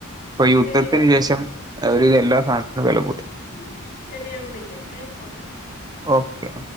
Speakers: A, on the right; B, on the left.
A: ഇപ്പൊ ഈ യുദ്ധത്തിന്
B: ശരി ഓക്കെ
A: ശേഷം ഒരുവിധം എല്ലാ സാധനത്തിനും വില കൂടി.
B: ഉം ശരി ഞാൻ വിളിക്കാ ഏ ഓക്കെ.
A: ഓക്കെ.